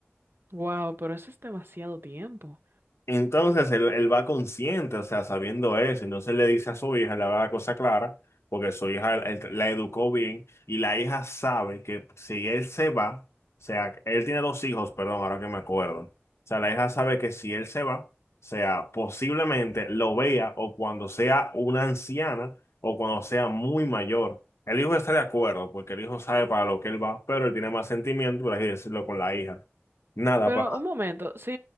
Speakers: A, on the right (about 60°); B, on the left (about 85°).
A: Wow, pero eso es demasiado tiempo.
B: Entonces él, él va consciente, o sea, sabiendo eso, entonces le dice a su hija, le habla la cosa clara, porque su hija él- la educó bien y la hija sabe que si él se va, o sea, él tiene dos hijos, perdón, ahora que me acuerdo, o sea, la hija sabe que si él se va, o sea, posiblemente lo vea o cuando sea una anciana o cuando sea muy mayor. El hijo está de acuerdo, porque el hijo sabe para lo que él va, pero él tiene más sentimiento, por así decirlo, con la hija. Nada,
A: Pero
B: para...
A: un momento, si